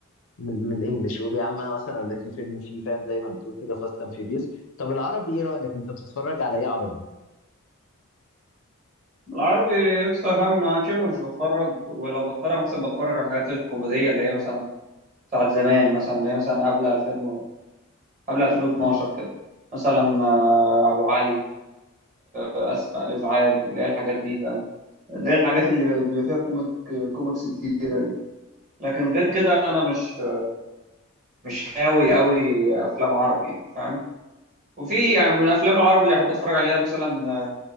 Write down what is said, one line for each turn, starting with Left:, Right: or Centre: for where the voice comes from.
Left: من, من الانجليش قول يا عم انا مثلا لو لقيت لي فيلم فيه فاهم زي ما بتقول كده فاست اند فيوريوس طب العربي ايه رايك انت بتتفرج على ايه عربي
Right: العربي لسه فاهم أنا شبه مش بتفرج ولو بتفرج مثلا بتفرج على الحاجات الكوميديه اللي هي مثلا بتاعت زمان مثلا اللي هي مثلا قبل 2000 و... قبل 2012 كده مثلا آه، ابو علي اسف على الازعاج اللي هي الحاجات دي فاهم اللي هي الحاجات اللي بيبقى فيها كوميك آه، كوميكس كتيره دي لكن غير كده انا مش مش هاوي قوي افلام عربي يعني فاهم وفي يعني من الافلام العربي اللي بحب اتفرج عليها مثلا